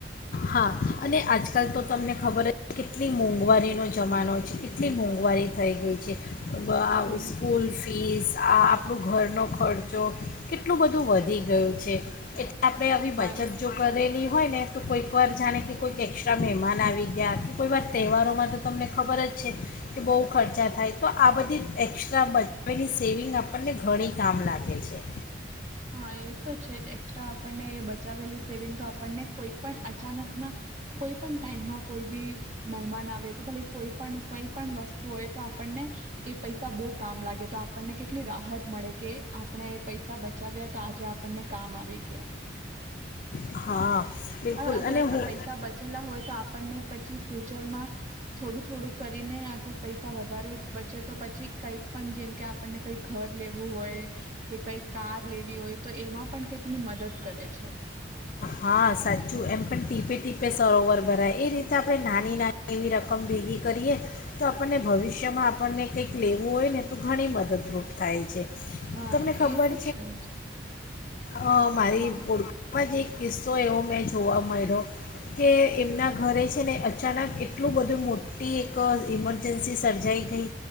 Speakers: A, on the left; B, on the right.
A: હા અને આજકાલ તો તમને ખબર જ કેટલી મોંઘવારીનો જમાનો છે કેટલી મોંઘવારી થઈ ગઈ છે. બ
B: હમ
A: સ્કૂલ ફીસ. આ આપણું ઘરનો ખર્ચો કેટલું બધું વધી ગયું છે એટ આપણે આવી બચત
B: હા એ
A: જો કરેલી હોયને તું કોઈ એકવાર જાણે કે કોઈક એક્સ્ટ્રા મહેમાન આવી ગયા કે કોઈવાર તહેવારોમાં તો તમને ખબર જ છે કે બહુ ખર્ચા થાય તો આ બધી એક્સ્ટ્રા બચાવેલી સેવિંગ આપણને ઘણી કામ લાગે છે.
B: હા એ તો છે જ એક્સ્ટ્રા આપણને બચાવેલી સેવિંગ તો આપણને કોઈ પણ અચાનક ના કોઈ પણ ટાઈમમાં કોઈ બી મહેમાન આવે કે ભલે કોઈ પણ કોઈ પણ વસ્તુ હોય તો આપણને એ પૈસા બહુ કામ લાગે તો આપણને કેટલી રાહત મળે કે આપણે એ પૈસા. બચાવ્યા તો આજે આપણને કામ આવી ગયા.
A: હા. બિલકુલ
B: અગર
A: અને હું
B: પૈસા બચેલા હોય તો આપણને પછી ફ્યુચરમાં થોડું થોડું કરીને અગર પૈસા વધારે બચે તો પછી. કંઈક પણ જેમ કે આપણને કઈ ઘર લેવું હોય કે કઈ કાર લેવી હોય તો એમાં પણ કેટલી મદદ કરે છે.
A: હા સાચું એમ પણ ટીપે ટીપે સરોવર ભરાય એ રીતે આપણે નાની નાની એવી રકમ ભેગી કરીએ તો આપણને ભવિષ્યમાં આપણને કંઈક લેવું હોય ને તો ઘણી મદદરૂપ થાય છે.
B: હા
A: તમને ખબર
B: એ તો છે જ.
A: અ મારી
B: હા
A: પોળમાં જ એક કિસ્સો એવો મેં જોવા મળ્યો કે એમના ઘરે છે ને અચાનક એટલું બધું મોટી એક ઇમરજન્સી સર્જાઈ ગઈ